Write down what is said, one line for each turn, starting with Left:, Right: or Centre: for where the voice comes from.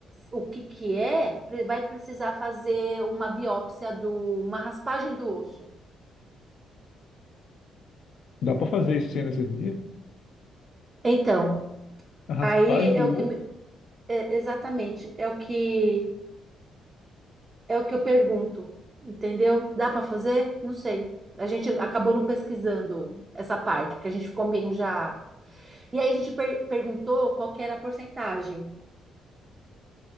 Right: o que que é, pre- vai precisar fazer uma biópsia do, uma raspagem do osso.
Left: Dá pra fazer isso sem anestesia?
Right: Então,
Left: A raspagem
Right: aí é
Left: do
Right: o
Left: osso?
Right: que me- é, exatamente, é o que É o que eu pergunto, entendeu? Dá para fazer? Não sei. A gente acabou não pesquisando essa parte, porque a gente ficou meio já. E aí a gente per- perguntou qual que era a porcentagem,